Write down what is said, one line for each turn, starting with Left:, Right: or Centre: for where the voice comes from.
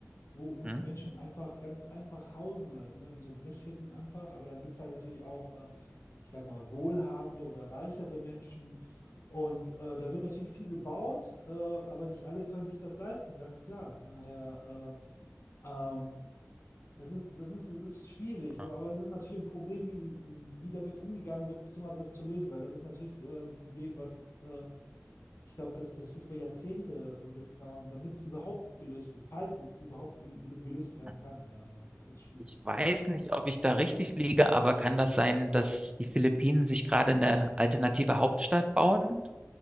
Left: wo, wo
Right: Hm?
Left: die Menschen einfach ganz einfach hausen halt, ne? In so Blechhütten einfach, aber dann gibt es halt natürlich auch, äh, ich sag mal, wohlhabende oder reichere Menschen. Und äh, da wird natürlich viel gebaut, äh, aber nicht alle können sich das leisten, ganz klar. Daher, äh, ähm, das ist, das ist, das ist schwierig, aber
Right: Ah,
Left: aber es ist natürlich ein Problem, wie, wie damit umgegangen wird, beziehungsweise das zu lösen, weil das ist natürlich äh, ein Problem, was äh, ich glaube, das, das wird über Jahrzehnte wird's dauern, damit es überhaupt gelöst wird, falls es überhaupt gel gelöst werden
Right: ah.
Left: kann. Daher ist es schwierig.
Right: Ich weiß nicht, ob ich da richtig liege, aber kann das sein, dass die Philippinen sich gerade eine alternative Hauptstadt bauen?